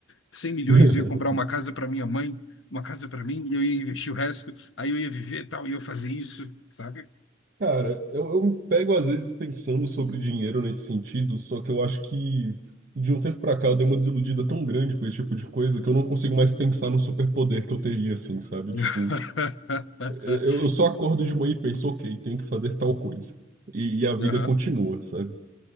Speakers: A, on the left; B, on the right.
A: 100 milhões,
B: <laughs>
A: eu ia comprar uma casa pra minha mãe, uma casa pra mim, e eu ia investir o resto, aí eu ia viver e tal, e eu ia fazer isso, sabe?
B: Cara, eu, eu me pego às vezes pensando sobre dinheiro nesse sentido, só que eu acho que de um tempo pra cá eu dei uma desiludida tão grande com esse tipo de coisa que eu não consigo mais pensar no superpoder que eu teria, assim, sabe?
A: <laughs>
B: Tipo, eu, eu só acordo de manhã e penso, ok, tenho que fazer tal coisa. E, e a vida
A: Aham.
B: continua, sabe?